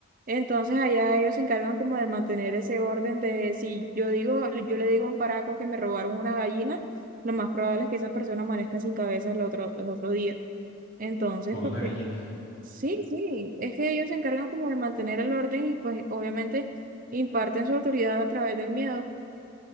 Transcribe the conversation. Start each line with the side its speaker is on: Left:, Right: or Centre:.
Right: Entonces, allá ellos se encargan como de mantener ese orden de si yo digo, yo le digo a un paraco que me robaron una gallina, lo más probable es que esa persona amanezca sin cabeza el otro, el otro día. Entonces,
Left: por
Right: porque
Left: una gallina.
Right: Sí, sí, es que ellos se encargan como de mantener el orden y pues obviamente imparten su autoridad a través del miedo.